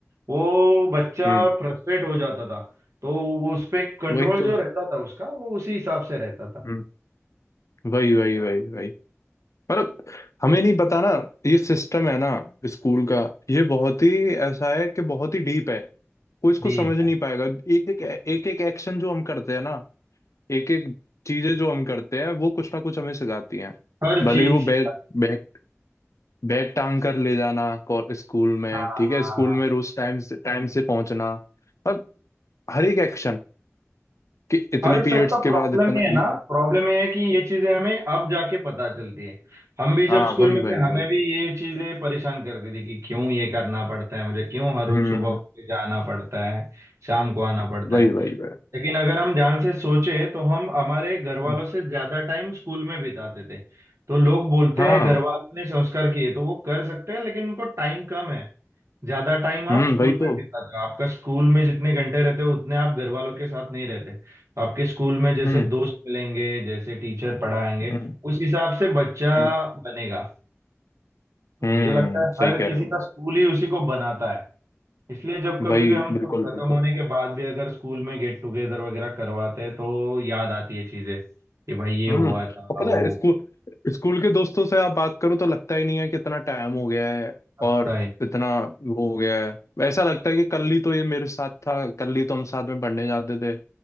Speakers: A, on the right; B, on the left.
A: वो बच्चा
B: हम्म
A: फ्रस्ट्रेट हो जाता था तो वो उस पे कंट्रोल
B: वही तो
A: जो रहता था उसका वो उसी हिसाब से रहता था
B: हम्म वही वही वही वही मतलब हमें नहीं पता ना ये सिस्टम है ना स्कूल का ये बहुत ही ऐसा है कि बहुत ही डीप है कोई इसको
A: डीप
B: समझ नहीं
A: है
B: पाएगा एक एक एक एक एक्शन जो हम करते हैं ना एक एक चीजें जो हम करते हैं वो कुछ ना कुछ हमें सिखाती हैं
A: हर
B: भले
A: चीज
B: ही वो बैग
A: हाँ
B: बैग बैग टांग कर ले जाना को- स्कूल में
A: हाँ
B: ठीक
A: हाँ।
B: है स्कूल में रोज टाइम से टाइम से पहुंचना और हर एक एक्शन कि इतने
A: और इस
B: पीरियड्स
A: सबका प्रॉब्लम
B: के बाद इतना
A: ये है ना
B: ये-
A: प्रॉब्लम ये है कि ये चीजें हमें अब जाके पता चलती है हम भी जब
B: हाँ
A: स्कूल
B: वही
A: में
B: वही
A: थे
B: वही
A: हमें भी ये चीजें परेशान करती थी कि क्यों ये करना पड़ता है मुझे क्यों हर रोज
B: हम्म
A: सुबह उठ के जाना पड़ता है शाम को आना पड़ता
B: वही
A: है
B: वही वही
A: लेकिन अगर हम ध्यान से सोचें तो हम हमारे घर वालों
B: हम्म,
A: से ज्यादा टाइम स्कूल में बिताते थे तो लोग बोलते
B: हाँ
A: हैं घर वालों ने संस्कार किए तो वो कर सकते हैं लेकिन उनको टाइम कम है ज्यादा टाइम आप
B: हम्म
A: स्कूल
B: वही
A: में
B: तो
A: बिताते हो आपका स्कूल में जितने घंटे रहते हो उतने आप घर वालों के साथ नहीं रहते तो आपके स्कूल में जैसे
B: हम्म
A: दोस्त मिलेंगे जैसे टीचर पढ़ाएंगे
B: हम्म
A: उस हिसाब से बच्चा
B: हम्म
A: बनेगा तो
B: हम्म,
A: मुझे लगता है
B: सही
A: हर
B: कह
A: किसी
B: रहे हो
A: का स्कूल ही उसी को बनाता है इसलिए जब कभी
B: भाई
A: भी हम
B: बिल्कुल
A: सब खत्म
B: बिल्कुल
A: होने के बाद भी अगर स्कूल में गेट टुगेदर वगैरह करवाते हैं तो याद आती है चीजें कि भाई ये
B: हम्म
A: हुआ था
B: और
A: वो
B: पता है स्कूल स्कूल के दोस्तों से आप बात करो तो लगता ही नहीं है कि इतना टाइम हो गया है
A: लगता
B: और
A: है
B: इतना वो हो गया है ऐसा लगता है कि कल ही तो ये मेरे साथ था कल ही तो हम साथ में पढ़ने जाते थे